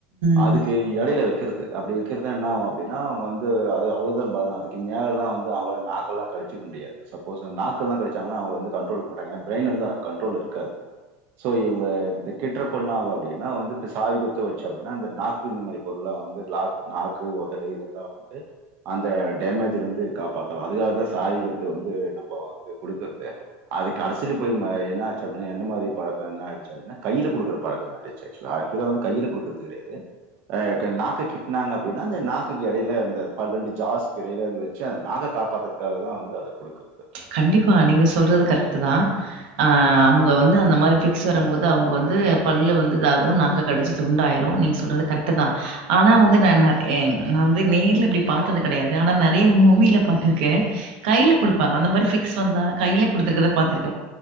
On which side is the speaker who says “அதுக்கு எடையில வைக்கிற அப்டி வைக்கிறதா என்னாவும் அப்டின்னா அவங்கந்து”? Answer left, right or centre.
Right